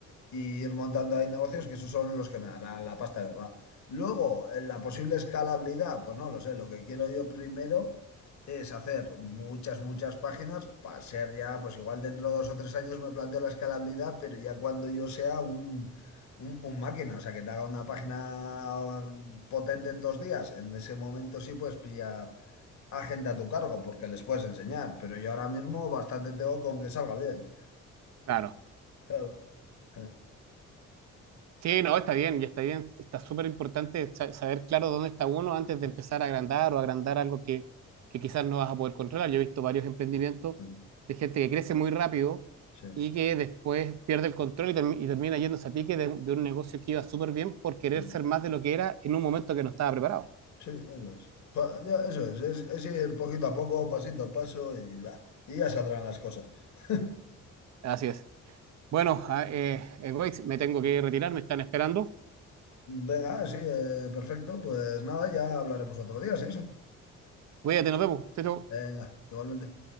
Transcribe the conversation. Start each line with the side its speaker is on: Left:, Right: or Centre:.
Left: y ir montando ahí negocios, que esos son los que me darán la pasta, de ¿verdad? Luego, en la posible escalabilidad, pues no lo sé, lo que quiero yo primero es hacer muchas, muchas páginas para ser ya, pues igual dentro de dos o tres años me planteo la escalabilidad, pero ya cuando yo sea un, un, un máquina, o sea, que te haga una página potente en dos días, en ese momento sí puedes pillar a gente a tu cargo porque les puedes enseñar, pero yo ahora mismo bastante tengo con que salga bien.
Right: Claro.
Left: Claro. <laughs>
Right: Sí, no, está bien, ya está bien. Está súper importante sa- saber claro dónde está uno antes
Left: Sí.
Right: de empezar a agrandar o agrandar algo que, que quizás no vas a poder controlar. Yo he visto varios emprendimientos
Left: sí.
Right: de gente que crece muy rápido
Left: Sí,
Right: y que después pierde el control y, termi- y termina yéndose a pique de, de un negocio que iba súper bien por querer
Left: no.
Right: ser más de lo que era en un momento que no estaba preparado.
Left: Sí, eso es. Pa- ya, eso es, es, es ir poquito a poco, pasito a paso y va. Y ya saldrán las cosas. <laughs>
Right: Así es. Bueno, a- eh, eh, Goix, me tengo que retirar, me están esperando.
Left: Venga, sí, eh, perfecto. Pues nada, ya hablaremos otro día, sí, eso.
Right: Cuídate, nos vemos. Chao, chao.
Left: Venga, igualmente.